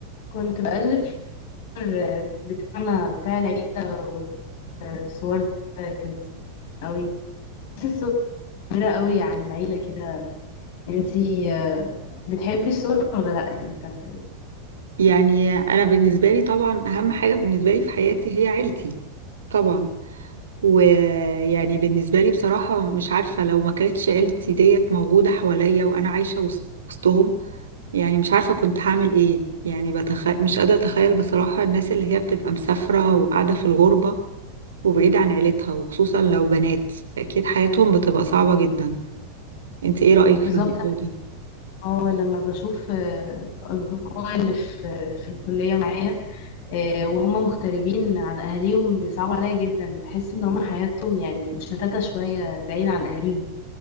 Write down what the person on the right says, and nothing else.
يعني انا بالنسبه لي طبعا اهم حاجه بالنسبه لي في حياتي هي عيلتي طبعا ويعني بالنسبه لي بصراحه مش عارفه لو ما كانتش عيلتي ديت موجوده حواليا وانا عايشه وسط- وسطهم يعني مش عارفه كنت هعمل ايه يعني بتخ... مش قادره اتخيل بصراحه الناس اللي هي بتبقى مسافره وقاعده في الغربه وبعيده عن عيلتها وخصوصا لو بنات اكيد حياتهم بتبقى صعبه جدا انت ايه رايك
في الموضوع ده